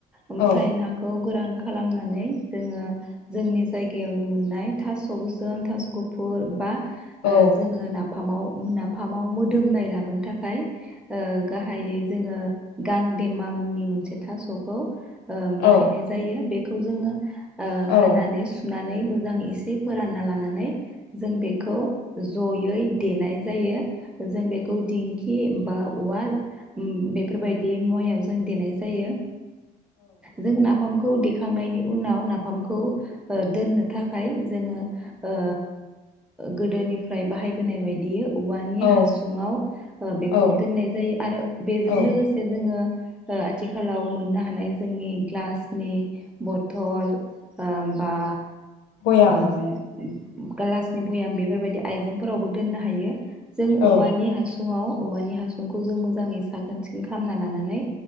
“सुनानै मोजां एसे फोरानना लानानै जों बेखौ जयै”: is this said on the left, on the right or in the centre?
Centre